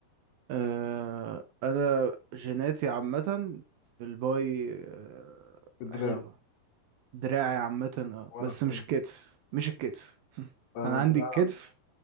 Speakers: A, on the right (about 70°); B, on the left (about 70°).
A: أه أنا جيناتي عامة في الباي أه
B: الدراع
A: حلوة دراعي عامة اه
B: وانا
A: بس
B: السين
A: مش الكتف مش الكتف <laughs>
B: انا
A: أنا
B: الدراع
A: عندي الكتف